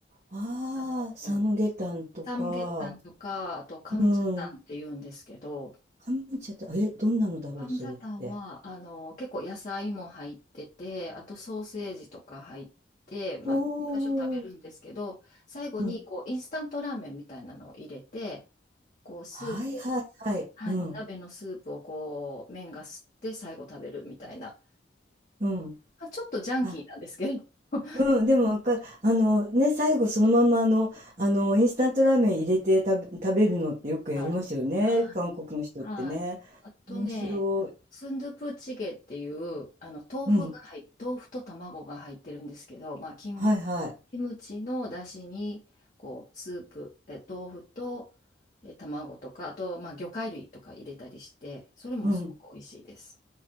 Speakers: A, on the right; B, on the left.
A: ああ、
B: あの、
A: サムゲタンとか、
B: サムゲタンとか、あとカムジャタンって言うんですけど、
A: うん。乾麺茶って、あえ、どんなのだろう、
B: ハムサタンは、
A: それって。
B: あの、結構野菜も入ってて、あとソーセージとか入って、まあ、
A: お
B: 最初食べるんですけど、
A: お、
B: 最後に、
A: うん。
B: こう、インスタントラーメンみたいなのを入れて、こう、スープ、
A: はいはいはい。
B: はい、
A: うん、
B: お鍋のスープをこう、麺が吸って最後食べるみたいな、
A: うん。
B: まあ、ちょっとジャンキーなんですけど、
A: あ、
B: <laughs>
A: うん、でもわかる。あの、ね、最後そのままあの、あの、インスタントラーメン入れて食べ食べるのってよくやりますよね、
B: はい、はい
A: 韓国の人ってね。
B: はい。あとね、
A: 面白い。
B: スンドゥプチゲっていう、あの、豆腐が入っ、
A: うん。
B: 豆腐と卵が入ってるんですけど、まあ、キム、
A: はいはい。
B: キムチの出汁に、こう、スープ、え、豆腐と、え、卵とか、あと、まあ、魚介類とか入れたりして、それもすごく美味しいです。
A: うん。